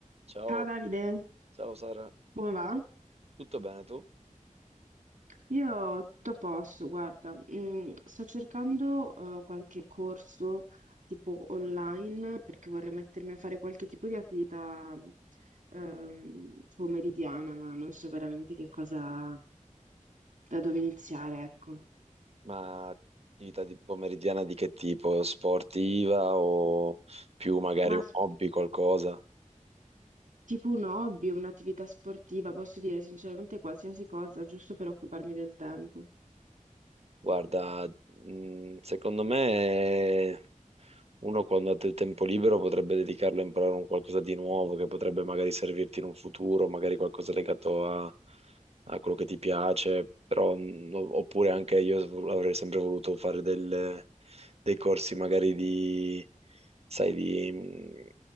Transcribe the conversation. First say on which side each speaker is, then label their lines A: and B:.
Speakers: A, on the right; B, on the right.
A: Ciao,
B: Ciao Davide,
A: ciao Sara,
B: come va?
A: tutto bene tu?
B: Io tutto a posto, guarda, mm, sto cercando eh, qualche corso tipo online perché vorrei mettermi a fare qualche tipo di attività ehm, pomeridiana, ma non so veramente che cosa, da dove iniziare, ecco.
A: Ma attività di pomeridiana di che tipo? Sportiva o più magari
B: Ma
A: un
B: s-
A: hobby, qualcosa?
B: tipo un hobby, un'attività sportiva, posso dire sinceramente qualsiasi cosa, giusto per occuparmi del tempo.
A: Guarda, mh, secondo me uno quando ha del tempo libero potrebbe dedicarlo a imparare un qualcosa di nuovo che potrebbe magari servirti in un futuro, magari qualcosa legato a, a quello che ti piace, però, mh, o- oppure anche io avrei sempre voluto fare del- dei corsi magari di, sai, di, mh,